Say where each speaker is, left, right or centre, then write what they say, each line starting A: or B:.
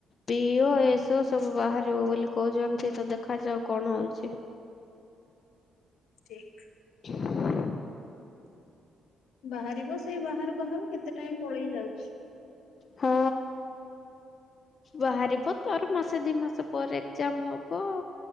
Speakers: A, on the left; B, on the left.
A: ପିଓ ଏସ ସବୁ ସବୁ ବାହାରିବ ବୋଲି କହୁଛନ୍ତି, ତ ଦେଖାଯାଉ କଣ ହଉଛି।
B: ଠିକ୍।
A: <inaudible>
B: ବାହାରିବ ସେ ବାହାରୁ ବାହାରୁ କେତେ ଟାଇମ୍ ପଳେଇ ଯାଉ। ଇସ୍
A: ହଁ ବାହାରିବ ତୋର ମାସ ସେ ଦି ମାସ ପରେ ଏକ୍ମାମ ହବ।